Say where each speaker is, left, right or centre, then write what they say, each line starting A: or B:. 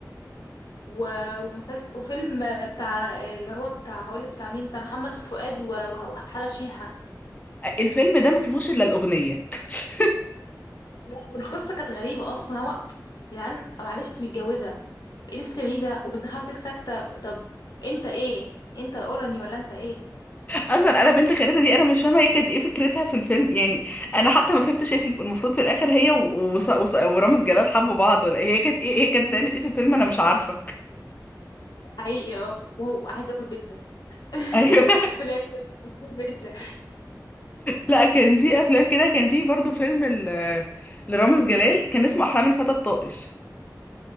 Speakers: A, on the left (about 65°); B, on the left (about 25°).
A: و- ومسلسل وفيلم بتاع اللي هو بتاع هقولك بتاع مين بتاع محمد فؤاد و- و- وحلا شيحة
B: الفيلم ده ما فيهوش الا الاغنيه <laughs>
A: لا والقصة كانت غريبة أصلا هو يا جدعان معلش أنت متجوزة ايه اللي بتعمليه ده وبنت خالتك ساكتة طب أنت إيه أنت أوراني ولا أنت إيه
B: اصلا انا بنت خالتها دي انا مش فاهمه هي كانت ايه فكرتها في الفيلم يعني انا حتى ما فهمتش ايه في الف- المفروض في الاخر هي و- وص... وص... ورامز جلال حبوا بعض ولا إيه؟ هي كانت ايه هي كانت بتعمل ايه في الفيلم انا مش عارفه
A: حقيقي اه وهو عايز اكل بيتزا <laughs>
B: <laughs> ايوه
A: في الاخر عايز آكل بيتزا
B: لا كان في افلام كده كان في برضو فيلم ل... لرامز جلال كان اسمه احلام الفتى الطائش